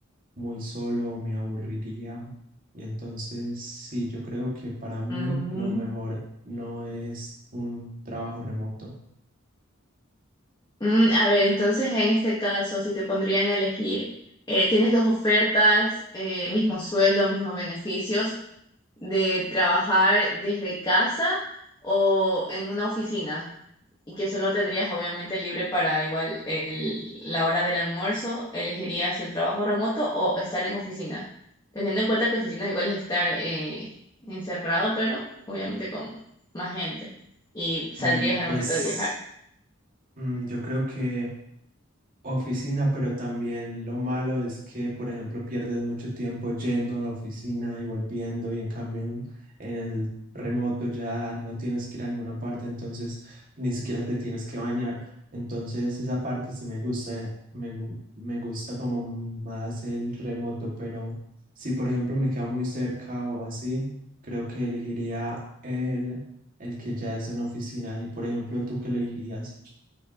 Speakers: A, on the right; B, on the left.
A: muy solo o me aburriría. Y entonces, sí, yo creo que para mí
B: Mm,
A: lo mejor no es un trabajo remoto.
B: Mm, a ver, entonces en este caso, si te pondrían a elegir, eh, tienes dos ofertas, eh, mismo sueldo, mismos beneficios, de trabajar desde casa o en una oficina, y que solo tendrías obviamente libre para igual el- la hora del almuerzo, ¿elegirías el trabajo remoto o estar en oficina? Teniendo en cuenta que oficina igual es estar eh, encerrado, pero obviamente con más gente, y saldrías
A: Mm,
B: al
A: Pues
B: momento de viajar.
A: mm, yo creo que oficina, pero también lo malo es que, por ejemplo, pierdes mucho tiempo yendo a la oficina y volviendo y en cambio en, en el remoto ya no tienes que ir a ninguna parte, entonces ni siquiera te tienes que bañar. Entonces esa parte sí me gusta, me, gu- me gusta como más el remoto, pero si por ejemplo me queda muy cerca o así, creo que elegiría el, el que ya es una oficina y por ejemplo, ¿tú qué elegirías?